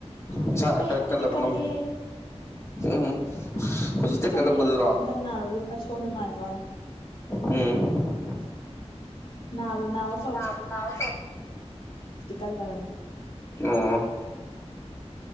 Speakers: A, on the left (about 25°); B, on the left (about 55°).
A: ꯅꯁꯥꯒ
B: ꯑꯦ
A: ꯈꯔ
B: ꯑꯩꯗꯤ
A: ꯀꯜꯂꯕꯣ
B: ꯀꯜꯂꯤꯍꯦ
A: ꯅꯪꯕꯨ ꯀꯜꯂꯦ ꯀꯜꯂꯦ ꯎꯝ ꯎꯝ ꯍꯧꯖꯤꯛꯇ
B: ꯀꯜꯂꯤꯍꯦ
A: ꯀꯠꯂꯛꯄꯗꯨꯔꯣ
B: ꯍꯟꯗꯛ ꯅꯥꯔꯨꯕꯗꯣ ꯈꯔ ꯁꯣꯟꯕ ꯃꯥꯟꯕ ꯋꯥꯅꯤ
A: ꯎꯝ
B: ꯅꯥꯕꯨ ꯅꯥꯎ
A: ꯅꯕꯨ ꯅꯥꯎ ꯑꯣ
B: ꯀꯜꯂꯕꯅꯦ
A: ꯑꯝ